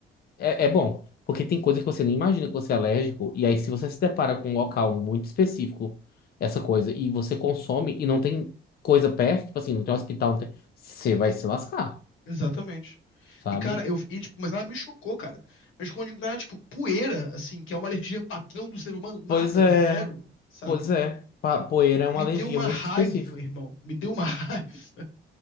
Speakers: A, on the left; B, on the left.
A: é, é bom, porque tem coisa que você nem imagina que você é alérgico, e aí se você se depara com um local muito específico, essa coisa, e você consome e não tem coisa perto, tipo assim, não tem hospital, não tem... Você vai se lascar,
B: Exatamente.
A: sabe?
B: E, cara, eu. E, tipo, mas nada me chocou, cara. Mas quando eu digo nada, tipo, poeira, assim, que é uma alergia padrão do ser humano, nada,
A: Pois é,
B: zero, sabe?
A: pois é. Pa- Poeira é uma
B: Me
A: alergia
B: deu uma
A: muito
B: raiva,
A: específica.
B: irmão. Me deu uma <laughs> raiva.